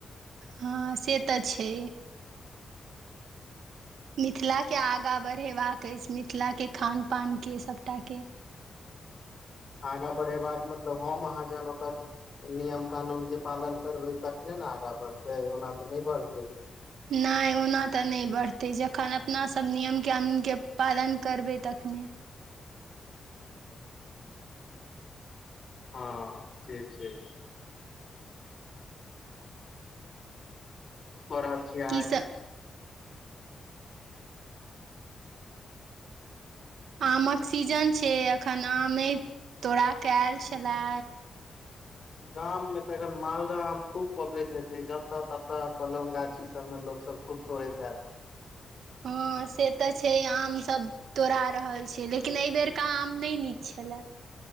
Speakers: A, on the right (about 85°); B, on the left (about 45°).
A: हाँ से तऽ छै मिथिलाके आगाँ बढ़ेबाक अछि मिथिलाके खान पानके सबटाके
B: आगाँ बढ़ेबाक मतलब हम अहाँ जान ओकर नियम कानूनके पालन करबै तखने ने आगाँ बढ़तै ओना तऽ नहि बढ़तै
A: नहि ओना तऽ नहि बढ़तै जखन अपनासब नियम कानूनके पालन करबै तखन अपने
B: हाँ से छै कऽ रहल छी अहाॅं
A: की सब आमक सीजन छै एखन आमे तोड़ा कऽ आयल छलै
B: गाम मे तऽ एखन मालदाह आ खूब पकैत हे जतऽ ततऽ कलम गाछी सबमे लोक सब खूब तोड़ै हैत
A: हाँ हाँ से तऽ छै आमसब तोड़ा रहल छै लेकिन एहिबरके आम नहि नीक छलए